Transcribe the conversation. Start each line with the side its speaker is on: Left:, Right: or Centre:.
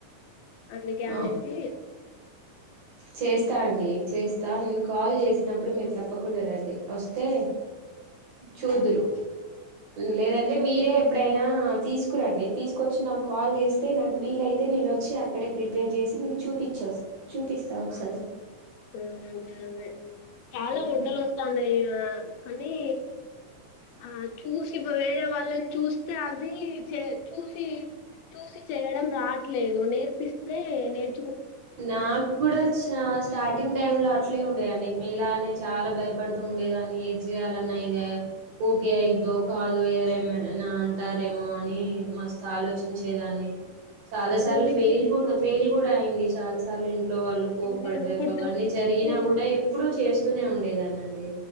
Left: అందుకే అనేసి.
Right: ఆ చేస్తా అండి చేస్తా నేను కాల్ చేసినప్పుడు మీరు తప్పకుండా రండి వస్తే. చూదురు
Left: ఉమ్,
Right: లేదంటే
Left: అదే
Right: మీరే ఎప్పుడై ఆహ్ తీసుకురండి తీసుకొచ్చి నాకు కాల్ చేస్తే నాకు వీలైతే నేను వచ్చి అక్కడే ప్రిపేర్ చేసి మీకు. చూపించి వస్ చూపిస్తా ఒకసారి.
Left: అదే అదే చాలా
Right: మ్మ్
Left: వంటలు వస్తాన్నాయి కానీ. ఆహ్ చూసి వేరే వాళ్ళని చూస్తే అవి చే చూసి. చూసి చేయడం రాట్లేదు నేర్పిస్తే నేర్.
Right: నాకు కూడా చ స్టార్ట్. సార్టింగ్ టైమ్ లో అట్లే ఉండేయండి మీలానే చాలా భయపడుతూ ఉండేదాన్ని ఏది చేయాలన్నా ఇదే. ఊకే అయిద్దో కాదో ఎవరేమైనా అంటారేమో అని మస్తు ఆలోచించేదాన్ని. చాలా
Left: అదే
Right: సార్లు
Left: మీకు
Right: ఫెయిల్ కూడా ఫెయిల్ కూడా అయింది చాలా సార్లు ఇన్. ఇంట్లో వాళ్ళు కోపడ్డారు
Left: మీరు ఫుడ్
Right: అవన్నీ జరిగినా
Left: అదే
Right: కూడా ఎప్పుడు చేస్తూనే ఉండేదాన్ని అండి.